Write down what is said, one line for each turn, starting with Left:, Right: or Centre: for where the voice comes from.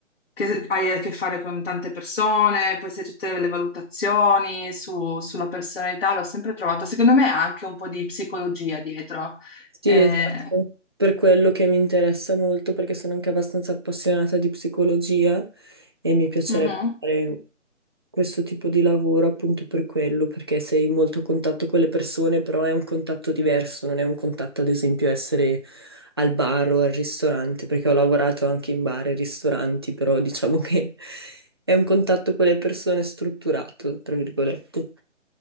Left: che hai a che fare con tante persone, poi sai tutte le valutazioni su- sulla personalità, l'ho sempre trovato, secondo me ha anche un po' di psicologia dietro.
Right: Sì,
Left: Eh,
Right: esatto, per quello che mi interessa molto, perché sono anche abbastanza appassionata di psicologia e mi piacerebbe
Left: mhm.
Right: fare questo tipo di lavoro appunto per quello, perché sei molto a contatto con le persone, però è un contatto diverso, non è un contatto ad esempio essere al bar o al ristorante, perché ho lavorato anche in bar e ristoranti, però diciamo che <laughs> è un contatto con le persone strutturato, tra virgolette.